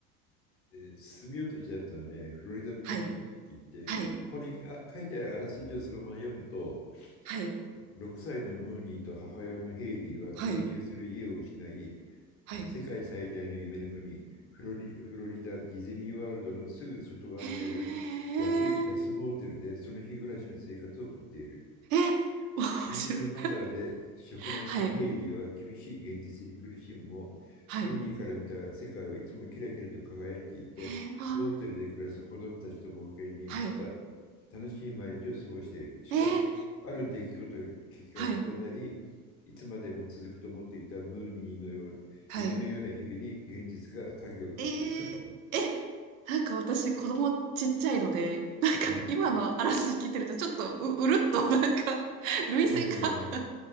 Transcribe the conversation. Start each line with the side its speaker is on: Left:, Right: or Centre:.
Left: えー進みようとしたやつはね、フロリダプロジェクトって言って、
Right: はい、はい、
Left: こここにあ書いてあるあらすじをそのまま読むと、
Right: はい、
Left: 6歳のムーニーと母親のヘイリーは定住する家を失い、
Right: はい、はい。
Left: 世界最大の夢の国、フロリ、フロリダディズニーワールドのすぐ外側にある安、
Right: へえ、
Left: 安モーテルでその日暮らしの生活を送っている。
Right: え、面白い。
Left: シングルマザーで職なしのヘイリーは厳しい現実に苦しむも、
Right: <laughs> はい、はい、
Left: ムーニーから見た世界はいつもキラキラと輝いていて、
Right: へえ、あ、
Left: モーテルで暮らす子供たちと冒険に満ちた
Right: はい、
Left: 楽しい毎日を過ごしている。しかし、
Right: えー、
Left: ある出来事がきっかけとなり、
Right: はい、
Left: いつまでも続くと思っていたムーニーのような夢のような日々に現実が影を落としていくってい
Right: はい。えー、え、なんか私子供ちっちゃいので、<laughs> なんか今のあらすじ聞いてるとちょっとう、
Left: う。うん、
Right: うるっと <laughs> なんか涙腺が
Left: うん、
Right: <laughs>